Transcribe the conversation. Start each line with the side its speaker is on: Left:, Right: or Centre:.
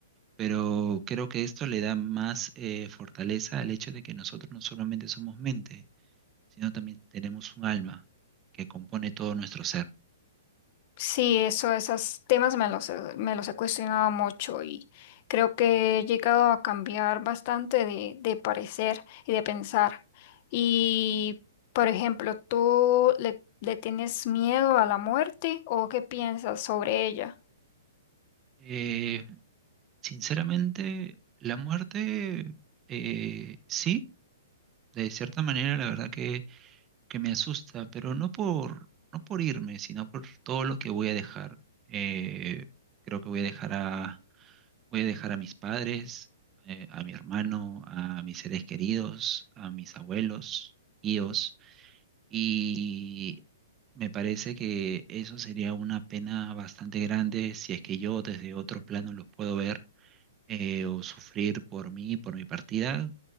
Right: pero creo que esto le da más eh, fortaleza al hecho de que nosotros no solamente somos mente, sino también tenemos un alma que compone todo nuestro ser.
Left: Sí, eso, esos temas me los, he- me los he cuestionado mucho y creo que he llegado a cambiar bastante de, de parecer y de pensar. Y, por ejemplo, ¿tú le, le tienes miedo a la muerte o qué piensas sobre ella?
Right: Eh, sinceramente, la muerte, eh, sí, de cierta manera, la verdad que que me asusta, pero no por, no por irme, sino por todo lo que voy a dejar. Eh, creo que voy a dejar a, voy a dejar a mis padres, eh, a mi hermano, a mis seres queridos, a mis abuelos, tíos, y me parece que eso sería una pena bastante grande si es que yo desde otro plano los puedo ver eh, o sufrir por mí, por mi partida.